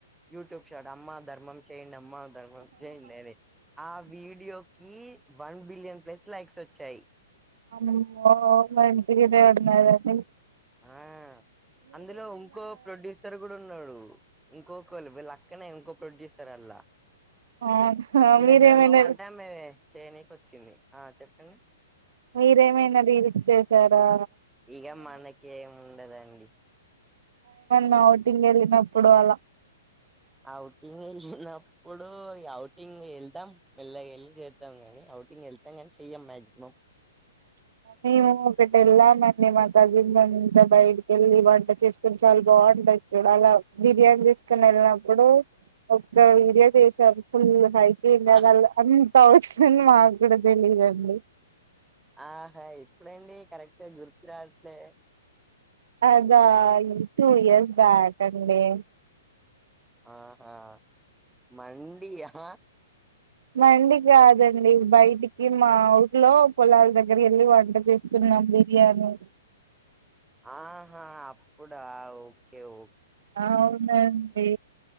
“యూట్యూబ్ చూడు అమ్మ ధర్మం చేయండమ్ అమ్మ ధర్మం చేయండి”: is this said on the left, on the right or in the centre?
Centre